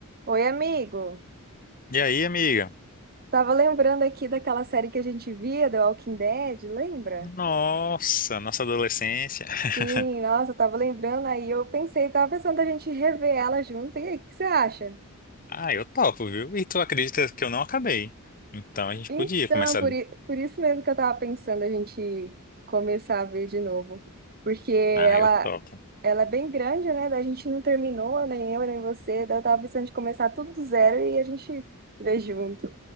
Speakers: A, on the right; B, on the left.
A: Oi, amigo.
B: E aí, amiga?
A: Tava lembrando aqui daquela série que a gente via, The Walking Dead, lembra?
B: Nossa, nossa adolescência. <laughs>
A: Sim, nossa, eu tava lembrando aí, eu pensei, tava pensando a gente rever ela junto. E aí, o que você acha?
B: Ah, eu topo, viu? E tu acredita que eu não acabei? Então a gente
A: Então,
B: podia começar.
A: por, i- por isso mesmo que eu tava pensando a gente começar a ver de novo, porque ela
B: Ah, eu topo.
A: ela é bem grande, né? Da gente não terminou, nem eu, nem você, daí eu tava pensando de começar tudo do zero e a gente ver junto.